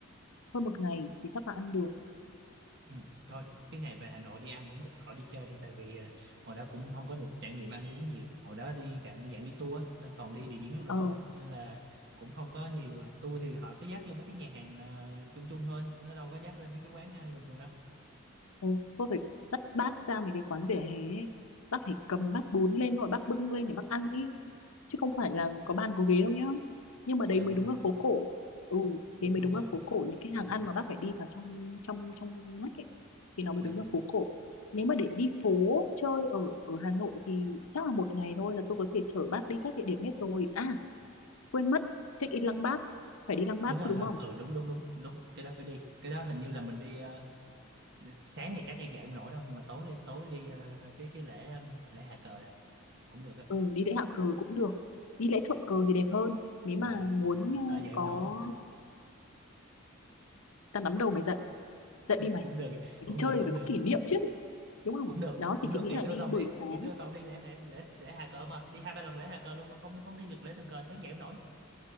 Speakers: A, on the left (about 75°); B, on the right (about 50°).
A: hơn một ngày thì chắc là ăn được
B: Ừ, thôi cái ngày về Hà Nội đi ăn cũng được khỏi đi chơi đi tại vì ờ, hồi đó cũng không có được trải nghiệm ăn uống nhiều hồi đó đi cả dạng đi tour á, nên toàn đi địa điểm du lịch
A: ờ
B: không à nên là cũng không có nhiều ờ, tour thì họ cứ dắt vô mấy cái nhà hàng ờ, chung chung thôi nó đâu có dắt lên mấy cái quán ăn bình thường đâu
A: Ừ, tôi phải dắt bác ra mấy cái quán vỉa hè ấy. Bác phải cầm bát bún lên rồi bác bưng lên để bác ăn ý chứ không phải là có bàn có ghế đâu nhá nhưng mà đấy
B: à
A: mới đúng là phố cổ ừ
B: đúng
A: thế mới
B: đúng
A: đúng
B: rồi
A: là phố cổ những cái hàng
B: đúng
A: ăn mà bác phải đi vào trong trong trong ngách ấy, thì nó mới đúng
B: à,
A: là phố cổ nếu mà để đi phố chơi ở ở Hà Nội thì chắc là một ngày thôi là tôi có thể chở bác đi các địa điểm hết rồi à quên mất check in Lăng Bác phải đi Lăng Bác
B: đúng
A: chứ
B: rồi
A: đúng
B: ha
A: không
B: ừ đúng đúng đúng đúng cái đó phải đi cái đó hình như là mình đi ờ, sáng thì chắc em dậy em nổi đâu nhưng mà tối đi tối đi ờ, cái cái lễ ờ, lễ hạ cờ đó cũng được á
A: ừ, đi lễ hạ cờ cũng được đi lễ thượng cờ thì đẹp hơn nếu mà
B: mà
A: muốn
B: mà sợ dậy
A: ờ,
B: em
A: có
B: nổi
A: ta nắm đầu mày dậy dậy đi mày
B: cũng được
A: phải
B: cũng
A: đi chơi
B: được cũng
A: thì phải
B: được
A: có kỷ niệm chứ đúng không
B: cũng được
A: đó
B: cũng
A: thì
B: được
A: chị nghĩ
B: ngày
A: là
B: xưa
A: đi
B: toàn
A: buổi
B: đi
A: sáng
B: ngày xưa toàn đi lễ Hạ- lễ lễ Hà Cờ mà đi hai ba lần lễ Hà Cờ luôn mà không không đi được lễ Thường Cờ sáng dậy không nổi